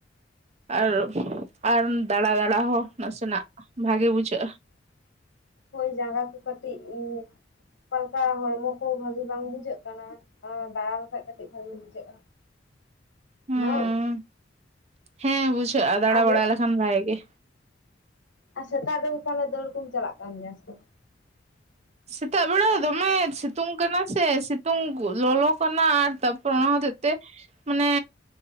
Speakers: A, on the right; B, on the left.
A: ᱟᱨ ᱟᱨ ᱫᱟᱬᱟ ᱫᱟᱬᱟ ᱦᱚᱸ ᱱᱟᱥᱮᱱᱟᱜ ᱵᱷᱟᱜᱮ ᱵᱩᱡᱷᱟᱹᱜᱼᱟ
B: ᱦᱳᱭ ᱡᱟᱸᱜᱟ ᱠᱚ ᱠᱟᱹᱴᱤᱡ ᱩᱸ ᱚᱠᱟᱞᱮᱠᱟ ᱦᱚᱲᱢᱚ ᱠᱚ ᱵᱷᱟᱹᱜᱤ ᱵᱟᱝ ᱵᱩᱡᱷᱟᱹᱜ ᱠᱟᱱᱟ ᱦᱚᱸ ᱫᱟᱬᱟ ᱞᱮᱠᱷᱟᱡ ᱠᱟᱹᱴᱤᱡ ᱵᱷᱟᱜᱤ ᱵᱩᱡᱷᱟᱹᱜᱼᱟ
A: ᱦᱩᱸ
B: ᱦᱮᱱᱟ ᱵᱟᱝ
A: ᱦᱮᱸ ᱵᱩᱡᱷᱟᱹᱜᱼᱟ ᱫᱟᱬᱟ
B: ᱟᱨ
A: ᱵᱟᱲᱟᱭ ᱞᱮᱠᱷᱟᱱ ᱵᱷᱟᱜᱮ ᱜᱮ
B: ᱟᱨ ᱥᱮᱛᱟᱜ ᱨᱮᱫᱚ ᱛᱟᱦᱚᱞᱮ ᱫᱟᱹᱲ ᱠᱚᱢ ᱪᱟᱞᱟᱜ ᱠᱟᱱ ᱜᱮᱭᱟ ᱥᱮ ᱵᱟᱝ?
A: ᱥᱮᱛᱟᱜ ᱵᱮᱲᱟ ᱫᱚᱢᱮ ᱥᱤᱛᱩᱝ ᱠᱟᱱᱟ ᱥᱮ ᱥᱤᱛᱩᱝ ᱞᱚᱞᱚ ᱛᱚᱱᱟ ᱟᱨ ᱛᱟᱯᱚᱨ ᱚᱱᱟ ᱦᱚᱛᱮᱫ ᱛᱮ ᱢᱟᱱᱮ